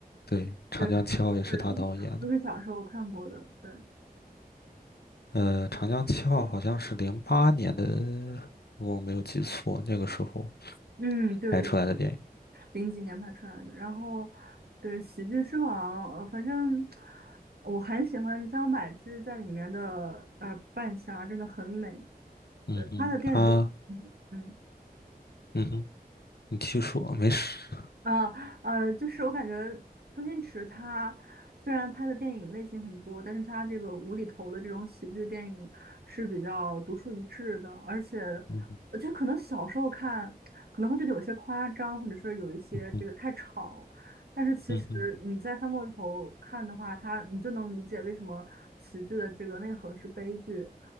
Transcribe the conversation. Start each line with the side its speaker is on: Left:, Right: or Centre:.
Left: 对，《长江七号》也是他导演的。
Right: 对，对，都是小都是小时候看过的。对，
Left: 呃，《长江七号》好像是零八年的，如果我没有记错，那个时候
Right: 嗯，对对。
Left: 拍出来的电影。
Right: 零几年拍出来的。然后对《喜剧之王》，呃，反正我很喜欢张柏芝在里面的呃扮相啊，真的很美。
Left: 嗯哼，
Right: 对，她的电影都，
Left: 他，
Right: 嗯。嗯
Left: 嗯哼，你继续说，没事。
Right: 啊，呃，就是我感觉周星驰他虽然拍的电影类型很多，但是他这个无厘头的这种喜剧电影是比较独树一帜的，而且
Left: 嗯哼，
Right: 呃就可能小时候看可能会觉得有些夸张，或者是有一些这个太吵，
Left: 嗯哼，
Right: 但是其实你再翻过头看的话，
Left: 嗯哼。
Right: 他你就能理解为什么喜剧的这个内核是悲剧。